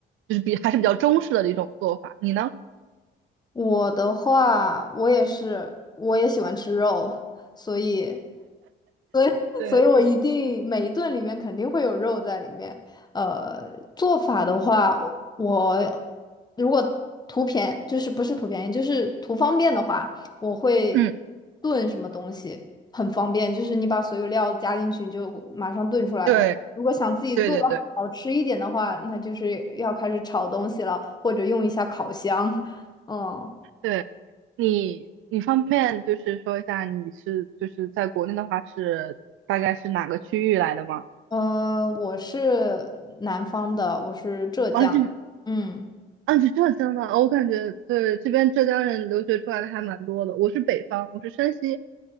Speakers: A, on the right; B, on the left.
A: 就是比还是比较中式的一种做法。你呢？
B: 我的话，我也是，我也喜欢吃肉，所以，所以，
A: 对，
B: 所以我一定每一顿里面肯定会有肉在里面。呃，做法的话，我如果图便，就是不是图便宜，就是图方便的话，我会
A: 嗯，
B: 炖什么东西，很方便，就是你把所有料加进去，你就马上炖出来了。
A: 对，
B: 如果想自己做的好吃一点的话，
A: 对对对
B: 那就是要开始炒东西了，或者用一下烤箱。<laughs> 嗯，
A: 对，你你方便就是说一下，你是就是在国内的话是大概是哪个区域来的吗？
B: 呃，我是南方的，我是浙江。
A: 哦，是哪？
B: 嗯，
A: 啊，是浙江的。哦我感觉对这边浙江人留学出来的还蛮多的。我是北方，我是山西。